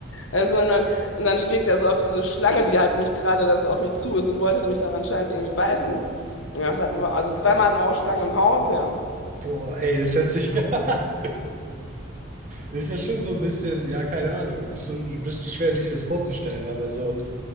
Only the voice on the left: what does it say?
Also, und dann, und dann schlägt er so auf diese Schlange, die halt mich gerade dann so auf mich zu ist und wollte mich dann anscheinend irgendwie beißen. Ja, Das hatten wir, also zweimal hatten wir auch Schlangen im Haus, ja.